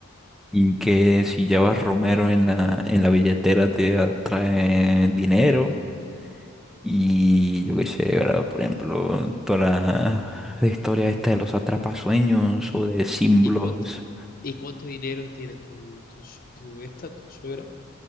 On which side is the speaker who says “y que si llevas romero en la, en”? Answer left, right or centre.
Centre